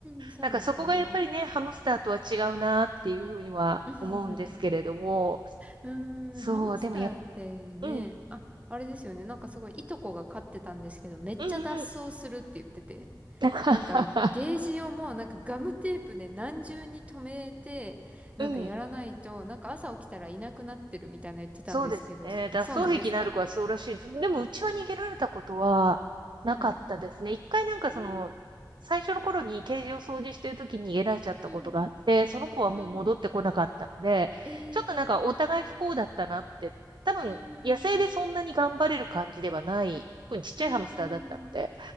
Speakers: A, on the right; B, on the right.
A: ん、そうですね。
B: なんかそこがやっぱりね、ハムスターとは違うなっていうふうには思うんですけれども、
A: <laughs> うーん、
B: そう、
A: ハムスターってね、
B: でもやっ、ぱうん、
A: あ、あれですよね。なんかすごいいとこが飼ってたんですけど、めっちゃ脱走するって言ってて。
B: うん、うん。<laughs>
A: なんかゲージをもうなんかガムテープで何重に留めてなんかやらないとなんか朝起きたらいなくなってるみたいな言ってたんですけど、
B: うん。そうですね。
A: そそうなんですか
B: 脱走癖のある子はそうらしいです。でも、うちは逃げられたことはなかったですね。
A: <laughs> はい。
B: 一回なんかその、
A: えー、
B: 最初の頃にケージを掃除してる時に逃げられちゃったことがあって、
A: うん、
B: その子はもう戻ってこなかったので、
A: うん、えー、
B: ちょっとなんかお互い不幸だったなって、多分、
A: うん、
B: 野生でそんなに頑張れる感じではない、特にちっちゃいハムスターだったので、
A: うん、